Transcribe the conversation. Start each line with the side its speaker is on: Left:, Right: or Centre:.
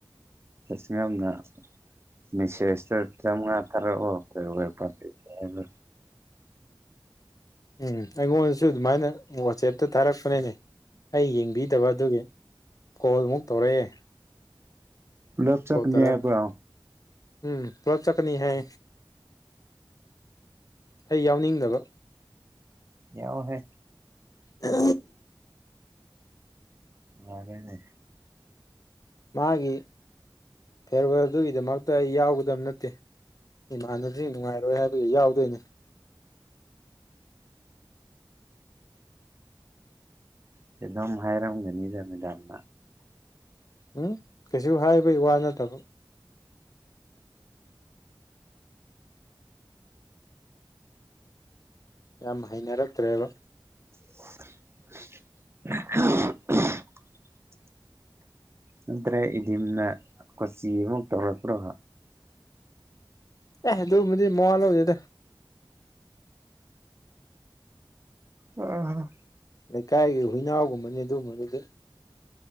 Right: ꯆꯁꯤ ꯌꯥꯝꯅ ꯃꯦꯁꯦꯖꯇ ꯆꯝꯃꯉꯥ ꯈꯔꯦ ꯑꯣ ꯍ ꯑꯣꯏꯔ ꯐ ꯎ
Left: ꯎꯝ ꯑꯩꯉꯣꯟꯗꯁꯨ ꯑꯗꯨꯃꯥꯏꯅ ꯋꯥꯆꯦꯞꯇ ꯊꯥꯔꯛꯄꯅꯤꯅꯦ ꯑꯩ ꯌꯦꯡꯕꯤꯗꯕ ꯑꯗꯨꯒꯤ ꯀꯣꯜꯃꯨꯛ ꯇꯧꯔꯛꯑꯦ
Right: ꯂꯆꯛ
Left: ꯀꯣꯜ ꯇꯧꯔ
Right: ꯅ꯭ꯏ ꯄ
Left: ꯎꯝ ꯀꯂꯞ ꯆꯀꯅꯤ ꯍꯥꯏ ꯑꯩ ꯌꯥꯎꯅꯤꯡꯗꯕ
Right: ꯌꯥꯎ ꯐ
Left: ꯑ
Right: ꯑꯔꯦꯅꯦ
Left: ꯃꯥꯒꯤ ꯐꯦꯔꯔ ꯑꯗꯨꯒꯤꯗꯃꯛꯇ ꯑꯩ ꯌꯥꯎꯒꯗꯕ ꯅꯠꯇꯦ ꯏꯃꯥꯟꯅꯁꯤ ꯅꯨꯡꯉꯥꯏꯔꯣꯏ ꯍꯥꯏꯕ ꯑꯩ ꯌꯥꯎꯗꯣꯏꯅꯦ
Right: ꯆ ꯑꯗꯨꯝ ꯍꯥꯏꯔꯝꯒꯅꯤꯗꯃꯤꯗꯥꯝꯗ
Left: ꯎꯝ ꯀꯩꯁꯨ ꯍꯥꯏꯕꯩ ꯋꯥ ꯅꯠꯇꯕ ꯌꯥꯝ ꯍꯩꯅꯔꯛꯇ꯭ꯔꯦꯕ
Right: <inaudible> ꯅꯠꯇ꯭ꯔꯦ ꯏꯗꯤꯝꯅ ꯀꯣꯆꯤ ꯑꯃꯨꯛ ꯇꯧꯔꯛꯄ꯭ꯔꯣ
Left: ꯑꯦ ꯑꯗꯨꯕꯨꯗꯤ ꯃꯉꯥꯜ ꯂꯧꯗꯦꯗ
Right: ꯑ
Left: ꯂꯩꯀꯥꯏꯒꯤ ꯍꯨꯏꯅꯥꯎꯒꯨꯝꯕꯅꯤ ꯑꯗꯨꯒꯝꯕꯗꯨꯗꯤ